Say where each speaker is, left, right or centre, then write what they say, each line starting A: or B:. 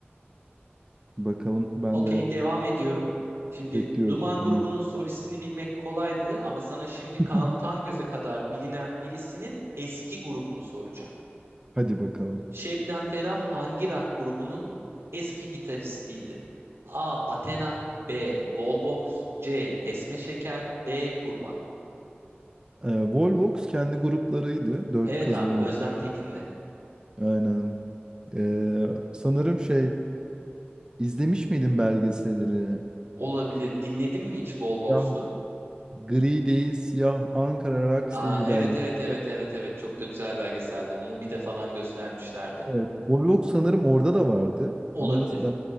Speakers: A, on the right; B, on the right.
A: Bakalım ben
B: Okey
A: de
B: devam ediyorum. Şimdi
A: bekliyorum
B: Duman
A: bunu.
B: grubunun solistini bilmek kolaydı ama sana şimdi Kaan
A: <laughs>
B: Tangöz'e kadar bilinen birisinin eski grubunu soracağım.
A: Hadi bakalım.
B: Şebnem Ferah hangi rock grubunun eski gitaristiydi? A. Athena B. Volvox C. Kesme Şeker D. Kurban
A: Ee, Volvox kendi gruplarıydı. Dört
B: Evet
A: kızdan
B: abi Özlem Tekin'le.
A: Aynen. Ee, sanırım şey izlemiş miydin belgeselini?
B: Olabilir. Dinledin mi hiç Volvox'u?
A: Siyah, gri değil siyah Ankara Rocks
B: Aa,
A: diye bir
B: evet
A: belgesel.
B: evet evet evet evet çok da güzel belgeseldir. Mubi'de falan göstermişlerdi.
A: Evet. Volvox sanırım orada da vardı.
B: Olabilir.
A: Ama ben